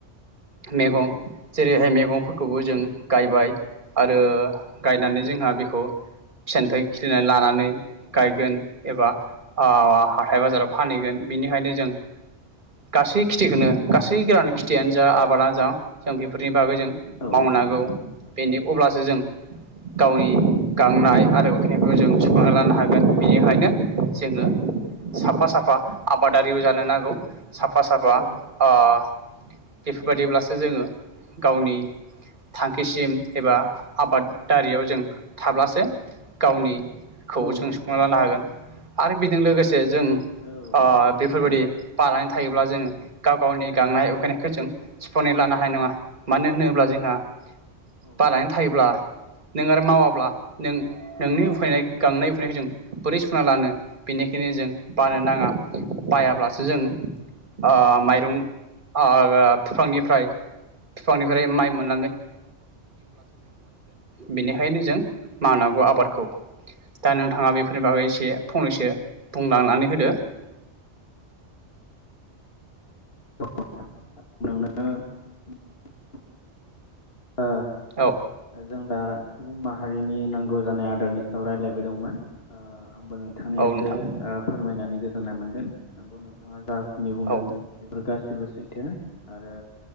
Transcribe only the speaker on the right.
मैगं जेरैहाय मैगंफोरखौबो जों गायबाय आरो गायनानै जोंहा बेखौ फिसानिफ्राय खिलिनानै लानानै गायगोन एबा ओ हाथथाय बाजाराव फानहैगोन बिनिखायनो जों गासै खेथिखौनो गासै गोरान खेथियानो जा आबादानो जा जों बेफोरनि बागौ जों
मावनांगौ बेनो अब्लासो जों गावनि
गांनाय आरो उखिनायखौ जों सुख'नानै लानो हागोन बेनिखायनो जोङो साफा साफा आबादारिबो जानो नांगौ। साफा साफा
ओ बेफोरबायाददिब्लासो जोङो गावनि थांखि किसिम एबा आबादारियाव जों थाब्लासो गावनि खौ
जों सुफुंना लानो हागोन आरो बेजों लोगोसे जे जों
ओ बेफोरबायदि बानानै थायोब्ला जों गाव गावनि गांनाय उखैनाय खौ जों
सुफु'नानै लानो हानाय नङा। मानो होनोब्ला जोंहा
बानानै थायोब्ला नों आरो मावाब्ला नों नोंनि उखैनाय गांनाय उनायखौ जों बोरै सुफुंना लानो बेनिखायनो जों बानो नाङा। बायाब्लासो जों ओ माइरं ओ बिफांनिफ्राय बिफांनिफ्राय माइ मोन बेनिखायनो जों मावनांगौ आबादखौ दा नोंथाङा बेफोरनि बागै एसे फंनैसो बुंलांनानै होदो
औ
औ
नोंथां
औ